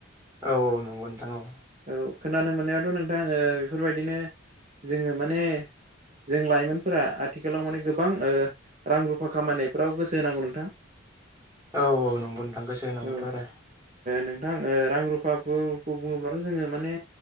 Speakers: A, on the right; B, on the right.
A: औ औ नंगौ नोंथां औ
B: औ खोनानो मोननायावथ' नोंथां आङो बेफोरबायदिनो जोङो माने जों लाइमोनफोरा आथिखालाव माने गोबां रां रुफा खामायनायफ्राव गोसो होनांगौ नोंथां
A: औ औ नंगौ नोंथां गोसो होनांगौथ'
B: ओ
A: आरो
B: नोंथां रां रुफाफोरखौ बुङो। अब्लाथ' जोङो माने